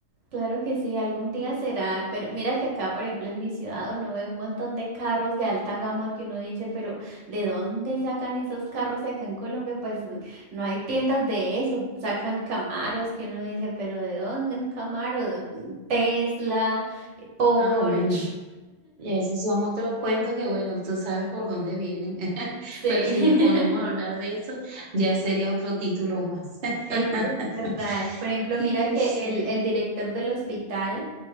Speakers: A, on the right; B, on the right.
A: Claro que sí, algún día será, pero mira que acá, por ejemplo, en mi ciudad uno ve un montón de carros de alta gama que uno dice, pero ¿de dónde sacan esos carros acá en Colombia? Pues no hay tiendas de eso, sacan Camaros que uno dice, pero ¿de dónde un Camaro? Tesla, Porsche,
B: Ah, bueno, y esos son otros cuentos que, bueno, tú sabes por dónde vienen, <laughs>
A: sí.
B: pero si nos ponemos a hablar de eso, ya sería otro título más.
A: <laughs>
B: <laughs>
A: Eso es verdad. Por ejemplo,
B: Y
A: mira
B: en...
A: que el, el director del hospital